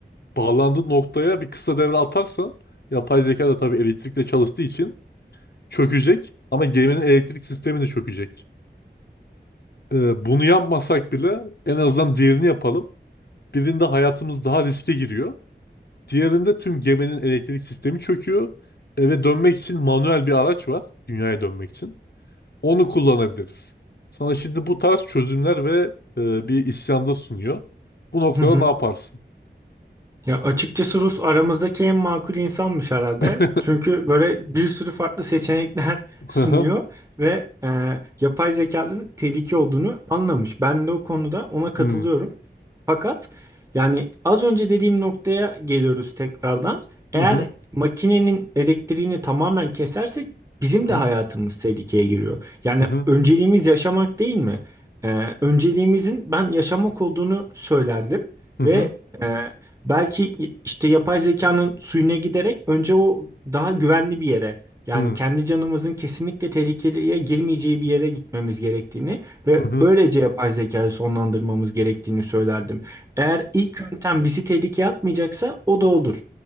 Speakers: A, on the left; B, on the right.
A: bağlandığı noktaya bir kısa devre atarsan yapay zeka da tabii elektrikle çalıştığı için çökecek ama geminin elektrik sistemi de çökecek. E, bunu yapmasak bile en azından diğerini yapalım. Birinde hayatımız daha riske giriyor. Diğerinde tüm geminin elektrik sistemi çöküyor. Eve dönmek için manuel bir araç var. Dünyaya dönmek için. Onu kullanabiliriz. Sana şimdi bu tarz çözümler ve e, bir isyanda sunuyor. Bu noktada
B: Hı hı.
A: ne yaparsın?
B: Ya açıkçası Rus aramızdaki en makul insanmış herhalde.
A: <laughs>
B: Çünkü böyle bir sürü farklı seçenekler <laughs>
A: Hı
B: sunuyor
A: hı.
B: ve e, yapay zekanın tehlike olduğunu anlamış. Ben de o konuda ona katılıyorum.
A: Hı
B: Fakat yani az önce dediğim noktaya geliyoruz tekrardan. Eğer
A: hı.
B: makinenin elektriğini tamamen kesersek bizim
A: Hı
B: de
A: hı.
B: hayatımız tehlikeye giriyor. Yani
A: Hı hı.
B: önceliğimiz yaşamak değil mi? E, önceliğimizin ben yaşamak olduğunu söylerdim
A: Hı hı.
B: ve e, Belki işte yapay zekanın suyuna giderek önce o daha güvenli bir yere yani
A: Hı
B: kendi canımızın kesinlikle tehlikeye girmeyeceği bir yere gitmemiz gerektiğini ve
A: hı.
B: öylece yapay zekayı sonlandırmamız gerektiğini söylerdim. Eğer ilk yöntem bizi tehlikeye atmayacaksa o da olur.